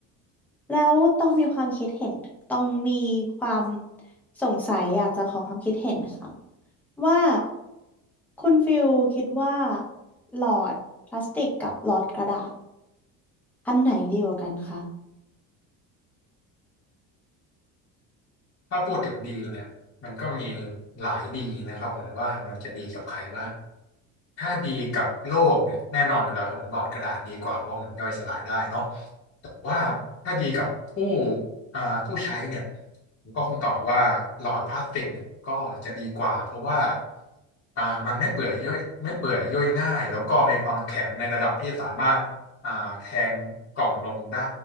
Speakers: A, in the centre; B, on the left.
A: แล้วต้องมีความคิดเห็นต้องมีความสงสัยอยากจะขอความคิดเห็นค่ะว่าคุณฟิลคิดว่าหลอดพลาสติกกับหลอดกระดาษอันไหนดีกว่ากันคะ
B: ถ้าพูดถึงดีเนี่ยมันก็มีหลายดีนะครับผมว่ามันจะดีกับใครบ้างถ้าดีกับโลกเนี่ยแน่นอนอยู่แล้วครับผมหลอดกระดาษดีกว่าเพราะว่ามันย่อยสลายได้เนาะแต่ว่าถ้าดีกับผู้อ่าผู้ใช้เนี่ยผมก็คงตอบว่าหลอดพลาสติกเนี่ยก็จะดีกว่าเพราะว่าอ่ามันไม่เปื่อยย่อยไม่เปื่อยย่อยง่ายแล้วก็มีความแข็งในระดับที่สามารถอ่าแทงกล่องนมได้